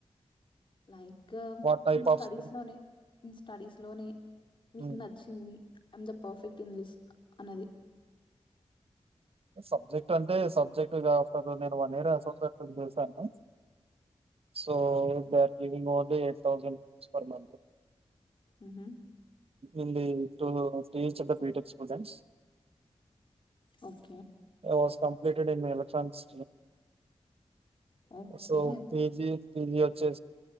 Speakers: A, on the left; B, on the right.
A: like
B: what type
A: in studies
B: of skill?
A: లోనే ఇన్ స్టడీస్ లోనే మీకు
B: హ్మ్.
A: నచ్చింది మ్ ద పర్ఫెక్ట్ ఇన్ దిస్ అన్నది
B: సబ్జెక్ట్ అంటే సబ్జెక్ట్గా నేను వన్ ఇయర్ అసోసియటె చేశాను సో ఇ దవింగ్ ఓన్లీ ఎయిట్ థౌసండ్ పర్ మ
A: మ్హూ
B: ఇడి ఇప్పు stage BTech students
A: okay
B: was completed electronics
A: okay
B: so PG PG వచ్చే